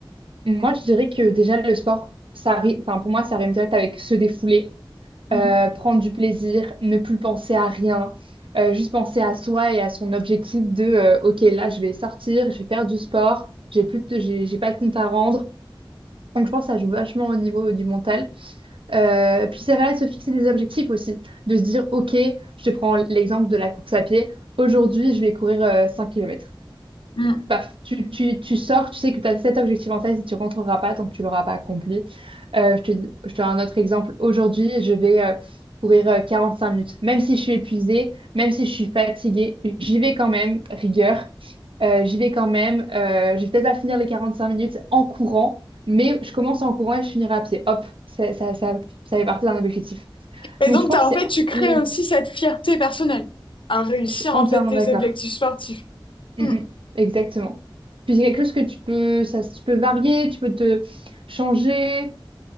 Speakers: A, on the right (about 80°); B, on the left (about 70°).
A: Moi, je dirais que déjà, le sport, ça ri- enfin, pour moi, ça rime direct avec se défouler,
B: Mhm.
A: euh, prendre du plaisir, ne plus penser à rien, euh, juste penser à soi et à son objectif de euh, OK, là, je vais sortir, je vais faire du sport, j'ai plus de- j'ai, j'ai pas de compte à rendre. Donc, je pense que ça joue vachement au niveau du mental. Euh, puis, c'est vrai, de se fixer des objectifs aussi, de se dire OK, je te prends l'exemple de la course à pied. Aujourd'hui, je vais courir euh, 5 kilomètres.
B: Mm.
A: paf, tu, tu, tu sors, tu sais que tu as cet objectif en tête et tu ne rentreras pas tant que tu l'auras pas accompli. Euh, je te, dis- je te donne un autre exemple. Aujourd'hui, je vais euh, courir euh, 45 minutes. Même si je suis épuisée, même si je suis fatiguée, j'y vais quand même, rigueur. Euh, j'y vais quand même. Euh, je vais peut-être pas finir les 45 minutes en courant, mais je commence en courant et je finirai à pied. Hop, ça, ça, ça, ça fait partie d'un objectif.
B: Et
A: Donc,
B: donc,
A: je pense
B: t'as, en
A: que
B: fait,
A: c'est
B: tu crées
A: le...
B: aussi cette fierté personnelle à réussir,
A: Je suis entièrement
B: en fait, tes
A: d'accord.
B: objectifs sportifs. Mm.
A: Mm, mm. Exactement. Puis c'est quelque chose que tu peux, ça, tu peux varier, tu peux te changer.